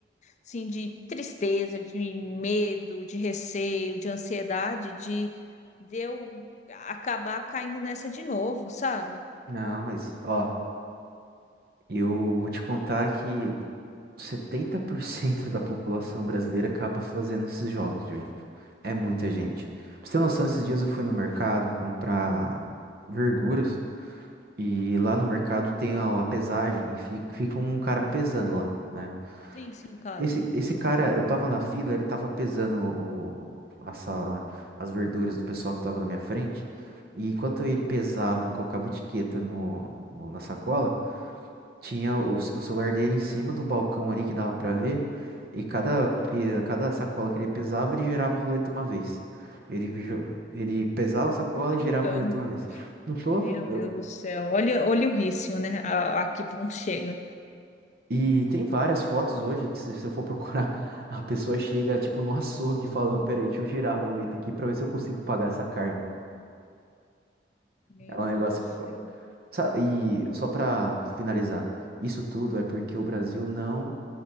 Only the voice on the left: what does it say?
assim, de tristeza, de medo, de receio, de ansiedade, de, de eu acabar caindo nessa de novo, sabe?
Sim, sim, claro.
Tá brincando.
Meu
Deus do céu. Olha, olha o vício, né? A, a que ponto chega.
Meu
Deus
do céu.